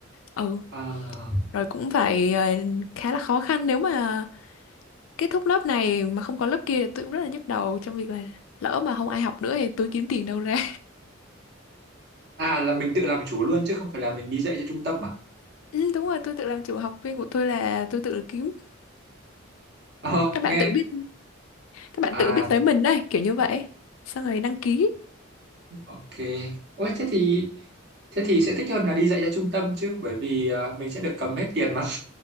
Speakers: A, on the left; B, on the right.
A: ừ
B: à
A: rồi cũng phải ờ, khá là khó khăn nếu mà kết thúc lớp này mà không có lớp kia thì tôi cũng rất là nhức đầu trong việc là lỡ mà không ai học nữa thì tôi kiếm tiền đâu ra
B: À là mình tự làm chủ luôn chứ không phải là mình đi dạy cho trung tâm à?
A: Ừ, đúng rồi, tôi tự làm chủ học viên của tôi là tôi tự kiếm.
B: Ờ,
A: Các
B: nghe.
A: bạn tự biết, các bạn
B: À,
A: tự biết tới mình đây, kiểu như vậy. Xong rồi đăng ký.
B: ok. Ôi, thế thì thế thì sẽ thích hơn là đi dạy cho trung tâm chứ bởi vì ờ, mình sẽ được cầm hết tiền mà. <laughs>